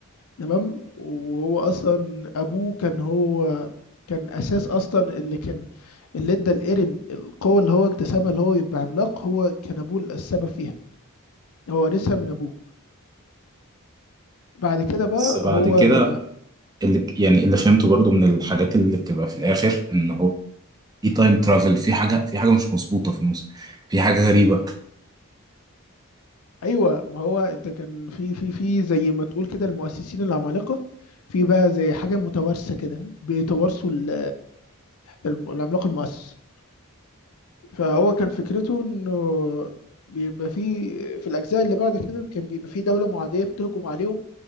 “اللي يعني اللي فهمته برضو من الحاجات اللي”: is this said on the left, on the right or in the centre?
Right